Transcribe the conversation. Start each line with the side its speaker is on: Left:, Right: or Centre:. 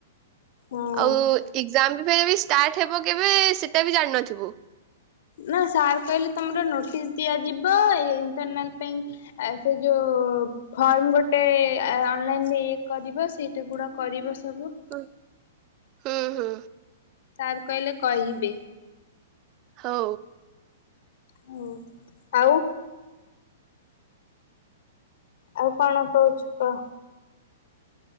Left: ହଁ।
Right: ଆଉ ଏକ୍ସାମ୍ ବି ଫିରବି ଷ୍ଟାର୍ଟ ହେବ କେବେ ସେଟା ବି ଜାଣିନଥିବୁ।
Left: ନା ସାର୍ କହିଲେ ତମର ନୋଟିସ୍ ଦିଆଯିବ, ଇଣ୍ଟରନାଲ୍ ପାଇଁ ସେ ଯୋଉ ଫର୍ମ ଗୋଟେ ଅନଲାଇନରେ ଏ କରିବ ସେଇଟା ଗୁଡା କରିବ ସ ସବୁ।
Right: ହୁଁ ହୁଁ ହୁଁ।
Left: ସାର୍ କହିଲେ କହିବେ।
Right: ହଉ।
Left: ହୁଁ ଆଉ ଆଉ କଣ କହୁଛୁ କହ?